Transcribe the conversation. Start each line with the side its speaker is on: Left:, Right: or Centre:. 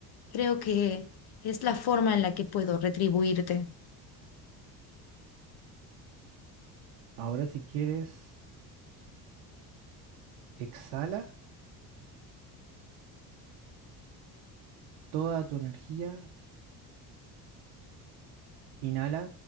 Left: creo que es la forma en la que puedo retribuirte.
Right: Ahora si quieres, exhala toda tu energía, inhala